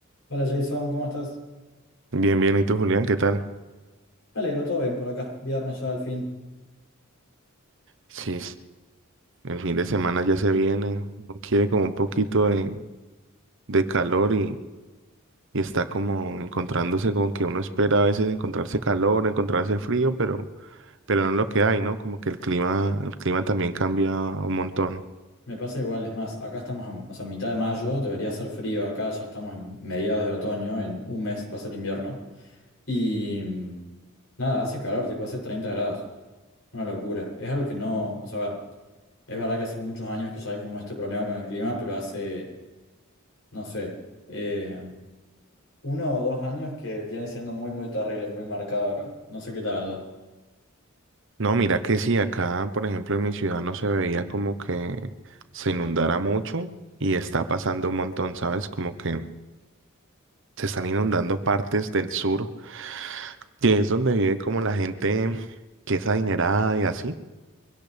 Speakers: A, on the left; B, on the right.
A: Hola Jason, ¿cómo estás?
B: Bien, bien. ¿Y tú, Julián? ¿Qué tal?
A: Me alegro, todo bien por acá. Viernes ya al fin.
B: Sí, sí, el fin de semana ya se viene. Uno quiere como un poquito de, de calor y, y está como encontrándose con que uno espera a veces encontrarse calor, encontrarse frío, pero, pero no es lo que hay, ¿no? Como que el clima, el clima también cambia un montón.
A: Me pasa igual, es más, acá estamos a, o sea, mitad de mayo, debería ser frío, acá ya estamos en mediados de otoño, en un mes va a ser invierno. Y mm, nada, hace calor, tipo hace 30 grados. Una locura. Es algo que no, o sea, a ver, es verdad que hace muchos años que ya hay como este problema con el clima, pero hace, no sé, eh, uno o dos años que viene siendo muy, muy terrible, muy marcado acá. No sé qué tal allá.
B: No, mira que sí, acá, por ejemplo, en mi ciudad no se veía como que se inundara mucho y está pasando un montón, ¿sabes? Como que se están inundando partes del sur que es donde vive como la gente que es adinerada y así.